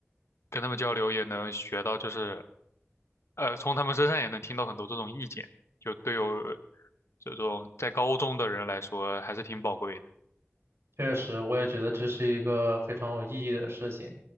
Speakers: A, on the left (about 80°); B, on the right (about 70°).
A: 跟他们交流也能学到就是呃从他们身上也能听到很多这种意见，就对有这种在高中的人来说还是挺宝贵的。
B: 确实，我也觉得这是一个非常有意义的事情。